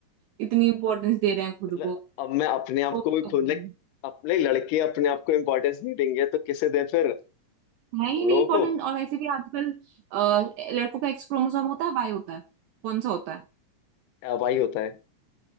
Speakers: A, on the right; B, on the left.
A: इतनी इंपॉर्टेंस दे रहे हैं खुद
B: मतलब
A: को
B: अब मैं अपने आप
A: ओ,
B: को भी
A: कम।
B: खुद like, अपने लड़के अपने आप को इम्पोर्टेंस नहीं देंगे तो किसे दे फिर हम
A: है ही नहीं
B: लोगों
A: इम्पोर्टेंट
B: को
A: और वैसे भी आजकल अ, लड़कों का एक्स क्रोमोसोम होता है वाई होता है कौन सा होता है
B: भाई होता है